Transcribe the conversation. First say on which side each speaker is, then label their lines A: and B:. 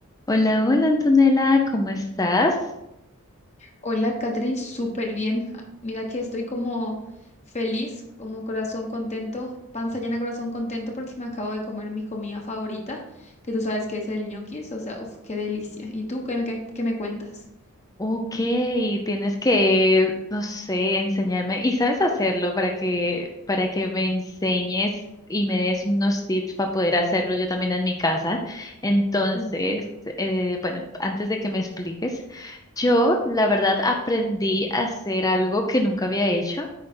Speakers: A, on the left; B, on the left.
A: Hola, hola Antonella, ¿cómo estás?
B: Hola, Catherine, súper bien. Ah, Mira que estoy como feliz, como corazón contento, panza llena, corazón contento porque me acabo de comer mi comida favorita, que tú sabes que es el ñoquis, o sea, uff, qué delicia. ¿Y tú qué me, qué, qué me cuentas?
A: Ok, tienes que, no sé, enseñarme y sabes hacerlo para que para que me enseñes y me des unos tips para poder hacerlo yo también en mi casa. Entonces,
B: Mm,
A: eh, bueno, antes de que me expliques, yo la verdad aprendí a hacer algo que nunca había hecho,